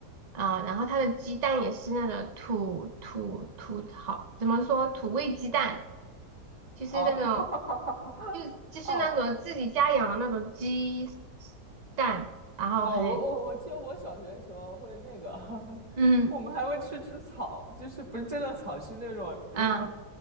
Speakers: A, on the right; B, on the right.
A: 啊、然后它的鸡蛋也是那种土土土，好，怎么说土味鸡蛋，就是那种，
B: 哦，<laughs>
A: 就就是那种自己家养的那种鸡
B: 哦
A: 蛋，然后很，
B: 哦，我我我记得我小学的时候会那个，<laughs>
A: 嗯
B: 我们还会吃吃草，就是不是真的草，是那种就什么
A: 啊，